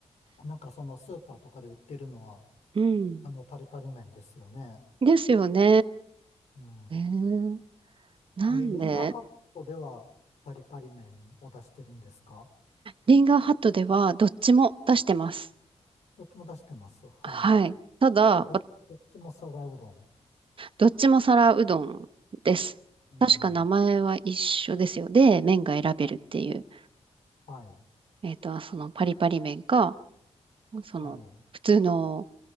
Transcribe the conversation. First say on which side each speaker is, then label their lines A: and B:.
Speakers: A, on the left; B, on the right.
A: なんかそのスーパーとかで売ってるのは、
B: うん。
A: あの、パリパリ麺ですよね。
B: ですよね。
A: うん。
B: えー、なんで、
A: え、リンガーハットではパリパリ麺を出してるんですか
B: リンガーハットではどっちも出してます。
A: どっちも出してます。はい。
B: はい。
A: い
B: ただ、
A: や、ど、
B: わ
A: どっちも皿うどん。
B: どっちも皿うどんです。
A: うん。
B: 確か名前は一緒ですよ。で、麺が選べるっていう。
A: はい、
B: えっと、そのパリパリ麺か、その普通の
A: はい、